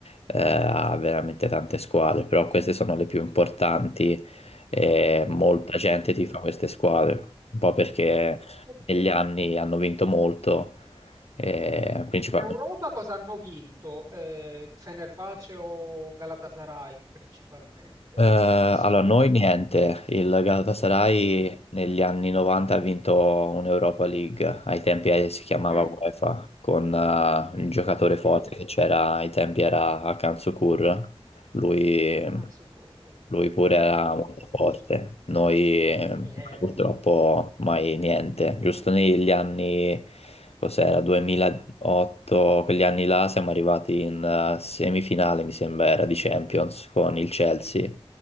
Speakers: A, on the left; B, on the right.
A: eh, ha veramente tante squadre, però queste sono le più importanti e molta
B: ok.
A: gente tifa queste squadre, un po' perché
B: E poi-
A: negli anni hanno vinto molto, eh, principalmente.
B: In Europa cosa hanno vinto? Eh, Fenerbahce o Galatasaray principalmente,
A: Eh, allora,
B: che sono quelle
A: noi niente,
B: più...
A: il Galatasaray
B: Mm.
A: negli anni 90 ha vinto un'Europa League, ai tempi eh, si chiamava
B: Mm.
A: UEFA, con eh, il giocatore
B: Sì,
A: forte che c'era ai tempi era Hakan Şükür, lui,
B: un Camso Corre,
A: lui pure era
B: chi non
A: molto
B: lo conosce?
A: forte, noi eh,
B: Eh,
A: purtroppo mai niente, giusto negli anni, cos'era, 2008, quegli anni là siamo arrivati in eh, semifinale mi sembra era di Champions con il Chelsea